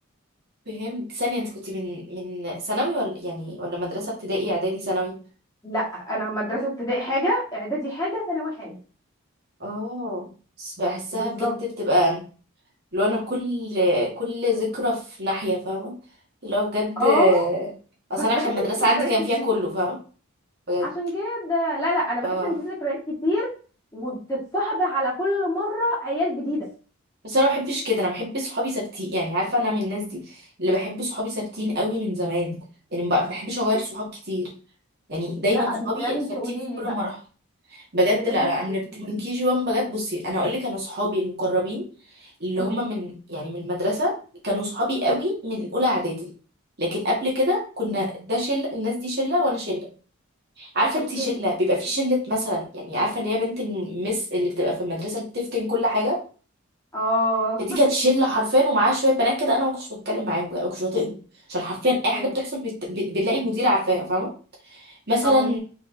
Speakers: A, on the right (about 50°); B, on the left (about 15°).
A: فهمت ثانيه انت كنت من من ثانوي ولا يعني ولا مدرسه ابتدائي اعدادي ثانوي
B: لا انا مدرسه ابتدائي حاجه اعدادي حاجه ثانوي حاجه
A: اه بس بحسها
B: بالظبط
A: بجد بتبقى لو انا كل كل ذكرى في ناحية فاهمة اللي هو بجد
B: اه
A: اصلا
B: بس
A: أنا
B: بحس
A: عشان المدرسة
B: ان في
A: عندي
B: ذكريات
A: كان فيها
B: كتير
A: كله فاهمة بجد
B: عشان كده لا لا انا بحس
A: اه
B: ان في ذكريات كتير وبتتصاحب على كل مره عيال جديده
A: بس انا ما بحبش كده انا بحب صحابي ثابتين يعني عارفة انا من الناس دي اللي بحب صحابي ثابتين قوي من زمان يعني ما بحبش اغير صحاب كتير يعني دايما
B: لا
A: صحابي
B: انت لازم
A: ثابتين
B: تقولي
A: في
B: لي
A: كل
B: بقى
A: المراحل بجد
B: انت لازم
A: لا لا
B: تقولي
A: انا من
B: لي
A: من كي جي 1 بجد بصي انا اقول لك انا صحابي المقربين اللي
B: امم
A: هم من يعني من المدرسه كانوا صحابي قوي من اولى اعدادي لكن قبل كده كنا ده شله الناس دي شله وانا شله عارفه
B: اوكي
A: انت شله بيبقى في شله مثلا يعني عارفه اللي هي بنت المس اللي بتبقى في المدرسه اللي بتفتن كل حاجه
B: اه
A: فدي كانت شله حرفيا ومعاها شويه بنات كده انا ما كنتش بتكلم معاهم بقى، ما كنتش بطيقهم عشان حرفيا اي حاجه
B: ايوه
A: بتحصل بت... بت- بنلاقي مدير عارفاها فاهمه مثلا
B: اه